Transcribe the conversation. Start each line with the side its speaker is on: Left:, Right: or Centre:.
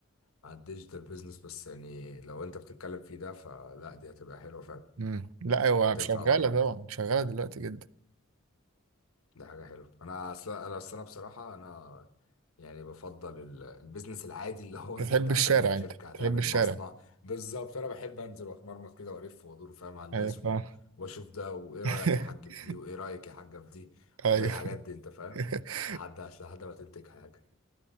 Left: على الديجيتال بيزنس بس يعني لو انت بتتكلم فيه ده فلا دي هتبقى حلوة فعلا
Right: مم. لا هو
Left: هتنفع
Right: شغالة
Left: واحد
Right: طبعا شغالة دلوقتي جدا
Left: ده حاجة حلوة انا اصلا انا اصل انا بصراحة انا يعني بفضل ال- البيزنس العادي اللي هو
Right: تحب
Left: ان انت
Right: الشارع
Left: هتعمل
Right: انت
Left: شركة هتعمل
Right: تحب الشارع
Left: مصنع بالظبط انا بحب انزل واتمرمط كده والف وادور فاهم على الناس
Right: ايوه فاهم
Left: و- واشوف ده وايه
Right: <laughs>
Left: رأيك يا حاج في دي وايه رأيك يا حاجة في دي
Right: ايوه
Left: والحاجات دي انت فاهم
Right: <laughs>
Left: لحد لحد ما تنتج حاجة